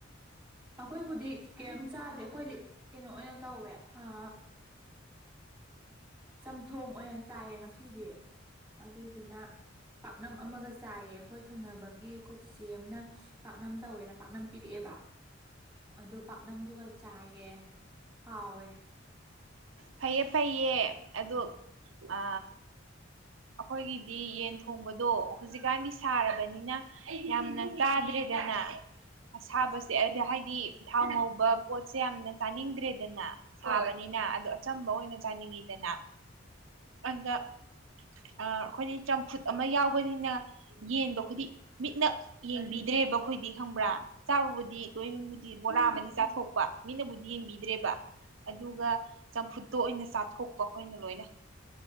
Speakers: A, in the centre; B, on the right.
A: ꯑꯩꯈꯣꯏꯕꯨꯗꯤ ꯀꯩꯝ ꯆꯥꯗꯦ ꯑꯩꯈꯣꯏꯗꯤ ꯀꯩꯅꯣ ꯑꯣꯏꯅ ꯇꯧꯋꯦ ꯑ ꯆꯝꯊꯣꯡ ꯑꯣꯏꯅ ꯆꯥꯏꯌꯦ ꯉꯁꯤꯗꯤ ꯑꯗꯨꯏꯗꯨꯅ ꯄꯥꯛꯅꯝ ꯑꯃꯒ ꯆꯥꯏꯌꯦ ꯑꯩꯈꯣꯏ ꯊꯪꯅꯕꯒꯤ ꯑꯩꯈꯣꯏ ꯆꯤꯆꯦ ꯑꯃꯅ ꯄꯥꯛꯅꯝ ꯇꯧꯋꯦꯅ ꯄꯥꯛꯅꯝ ꯄꯤꯔꯛꯑꯦꯕ ꯑꯗꯣ ꯄꯥꯛꯅꯝꯗꯨꯒ ꯆꯥꯏꯌꯦ ꯍꯥꯎꯋꯦ
B: ꯐꯩꯌꯦ ꯐꯩꯌꯦ ꯑꯣ ꯑ ꯑꯩꯈꯣꯏꯒꯤꯗꯤ ꯌꯦꯟ ꯊꯣꯡꯕꯗꯣ ꯍꯧꯖꯤꯛꯀꯥꯟꯗꯤ ꯁꯥꯔꯕꯅꯤꯅ ꯌꯥꯝꯅ ꯇꯥꯗ꯭ꯔꯔꯤꯗꯅ ꯑꯁꯥꯕꯁꯦ ꯑꯗꯨꯗ ꯍꯥꯏꯗꯤ ꯊꯥꯎ ꯉꯧꯕ ꯄꯣꯠꯁꯦ ꯌꯥꯝꯅ ꯆꯥꯅꯤꯡꯗ꯭ꯔꯦꯗꯅ ꯁꯥꯕꯅꯤꯅ ꯑꯗꯨ ꯑꯆꯝꯕ ꯑꯣꯏꯅ ꯆꯥꯅꯤꯡꯉꯤꯗꯅ ꯑꯗ ꯑ ꯑꯩꯈꯣꯏꯗꯤ ꯆꯝꯐꯨꯠ ꯑꯃ ꯌꯥꯎꯕꯅꯤꯅ ꯌꯦꯟꯗꯣ ꯑꯩꯈꯣꯏꯗꯤ ꯃꯤꯠꯅ ꯌꯦꯡꯕꯤꯗ꯭ꯔꯦꯕ ꯑꯩꯈꯣꯏꯗꯤ ꯈꯪꯕ꯭ꯔꯥ ꯆꯥꯕꯕꯨꯗꯤ ꯂꯣꯏ ꯕꯣꯔꯥ ꯑꯃꯗꯤ ꯆꯥꯊꯣꯛꯄ ꯃꯤꯅꯕꯨꯗꯤ ꯌꯦꯡꯕꯤꯗ꯭ꯔꯦꯕ ꯑꯗꯨꯒ ꯆꯝꯐꯨꯠꯇꯣ ꯑꯣꯏꯅ ꯆꯥꯊꯣꯛꯄ ꯑꯩꯈꯣꯏꯅ ꯂꯣꯏꯅ